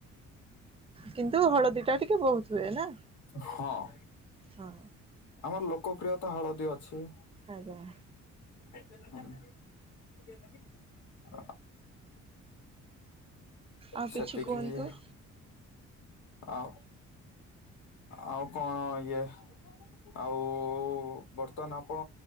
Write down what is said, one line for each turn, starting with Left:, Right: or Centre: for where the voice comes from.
Right: କିନ୍ତୁ ହଳଦୀଟା ଟିକେ ବହୁତ ହୁଏ ନା
Left: ହଁ।
Right: ହଁ
Left: ଆମର ଲୋକପ୍ରିୟତା ହଳଦୀ ଅଛି।
Right: ଆଜ୍ଞା।
Left: ହୁଁ।
Right: ଆଉ
Left: ସେତିକି
Right: କିଛି କୁହନ୍ତୁ।
Left: ଇଏ ଆଉ, ଆଉ କଣ ଇଏ ଆଉ ବର୍ତ୍ତମାନ ଆପଣ